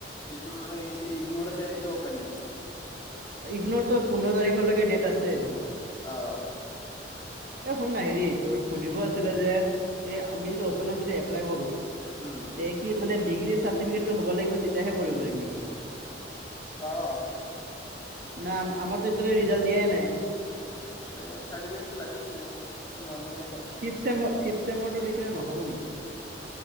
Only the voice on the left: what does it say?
যিটো সেই ইগনৰ আছে সেইটো অপেন দিব।
অহ।
উম
অ
এ চাৰ্টিফিকেটটো লাগিছিলে নহলে কেনেকে হ'ব